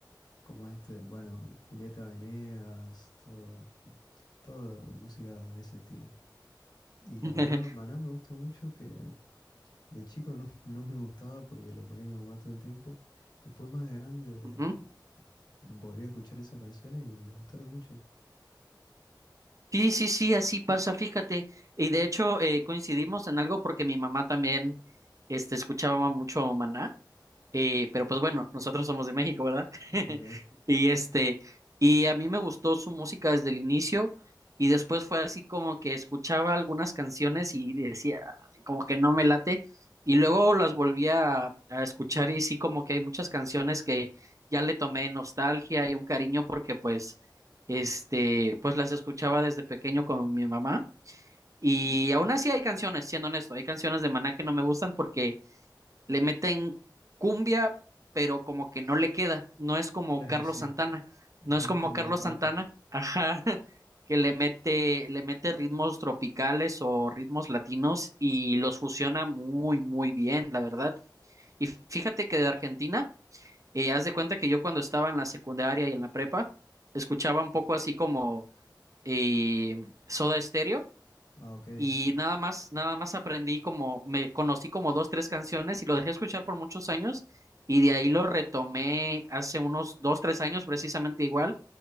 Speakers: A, on the left; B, on the right.
A: como este, bueno, Julieta Venegas, todo, todo música de ese estilo. Y la
B: <laughs>
A: verdad, Maná me gusta mucho que De chico no, <laughs> no me gustaba porque lo ponía mi mamá todo el tiempo. Después más de grande
B: Ujú.
A: volví a escuchar esas canciones y me gustaron mucho.
B: Sí, sí, sí, así pasa, fíjate. Y de hecho eh, coincidimos en algo porque mi mamá también este, escuchaba mucho Maná. Eh, pero pues bueno, nosotros somos de México, ¿verdad? <laughs>
A: Ok,
B: Y este, y a mí me gustó su música desde el inicio y después fue así como que escuchaba algunas canciones y decía, "Ay, como que no me late y luego las volví a, a escuchar y sí como que hay muchas canciones que ya le tomé nostalgia y un cariño porque pues, este, pues las escuchaba desde pequeño con mi mamá y aún así hay canciones, siendo honesto, hay canciones de Maná que no me gustan porque le meten cumbia, pero como que no le queda, no
A: <laughs>
B: es como
A: claro,
B: Carlos
A: sí.
B: Santana,
A: Les
B: no es
A: meten
B: como Carlos
A: de un rato.
B: Santana, ajá, <laughs> que le mete, le mete ritmos tropicales o ritmos latinos y los fusiona muy, muy bien, la verdad. Y fíjate que de Argentina, eh, haz de cuenta que yo cuando estaba en la secundaria y en la prepa, escuchaba un poco así como eh, Soda Stereo
A: Ah, ok.
B: y nada más, nada más aprendí como, me conocí como dos, tres canciones y lo dejé escuchar por muchos años y de ahí lo retomé hace unos dos, tres años precisamente igual